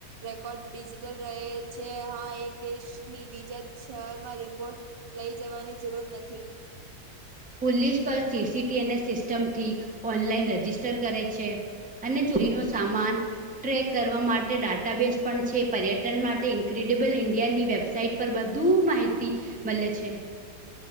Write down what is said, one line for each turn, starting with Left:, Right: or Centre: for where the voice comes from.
Right: રેકોર્ડ ડિજિટલ રહે છે હા એક દેશની બીજા શહેરમાં રિપોર્ટ લઈ જવાની જરૂરત નથી.
Centre: પોલીસ પણ સીસીટીની સિસ્ટમથી ઓનલાઈન રજિસ્ટર કરે છે. અને ચોરી નો સામાન ટ્રેક કરવા માટે ડાટાબેસ પણ છે પર્યટન માટે ઇન્ક્રેડિબલ ઇન્ડિયાની વેબસાઇટ પર બધુ માહિતી મળે છે.